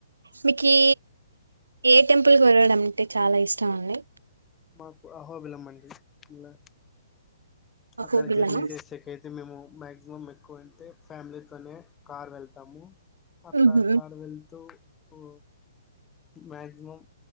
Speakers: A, on the right (about 85°); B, on the left (about 15°).
A: మీకి ఏ టెంపుల్ కోరడం అంటే చాలా ఇష్టం అండి
B: మాకు ఆహోబిలం అండి ఇలా
A: మాకు
B: అక్కడ
A: బిల్లన
B: జర్నీ జేసేకైతే మేము మాక్సిమం ఎక్కువ అంటే ఫ్యామిలీతోనే కార్ వెళ్తాము అట్లా
A: ఉహు
B: కారు వెళ్తూ ఓ మాక్సిమం